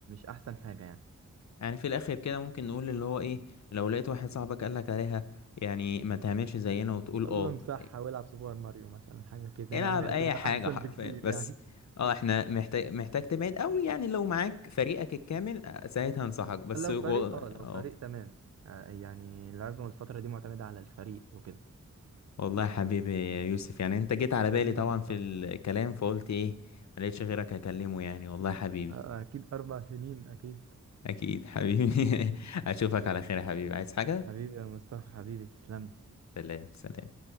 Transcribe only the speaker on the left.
يعني في الاخر كده ممكن نقول اللي هو ايه لو لقيت واحد صاحبك قالك عليها يعني ما تعملش زينا وتقول
اه
العب
اي
حاجه
حرفيا
بس
اه احنا محتاج محتاج تبعد قوي يعني لو معاك فريقك الكامل آه، ساعتها انصحك بس
والله
اه
والله يا حبيبي يا يوسف يعني انت جيت على بالي
طبعا
في الكلام فقلت ايه ما لقيتش غيرك اكلمه يعني والله يا حبيبي
اكيد حبيبي <laughs> اشوفك على خير يا حبيبي عايز حاجه
سلام سلام